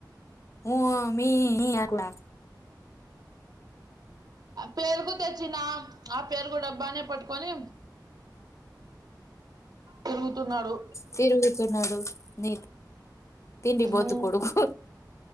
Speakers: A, on the left; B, on the right.
A: ఉ మీ అట్లా
B: పేరుగు తెచ్చినా ఆ పేరుగు డబ్బానే పట్టుకొని తిరుగుతున్నాడు.
A: తిరుగుతున్నాడు నీ తిండి బోతు
B: హు
A: కొడుకు